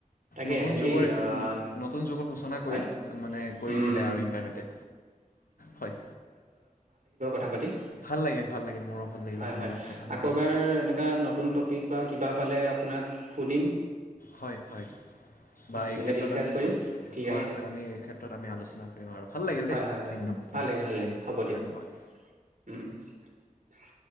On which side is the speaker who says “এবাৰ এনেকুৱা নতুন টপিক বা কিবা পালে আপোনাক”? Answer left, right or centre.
Right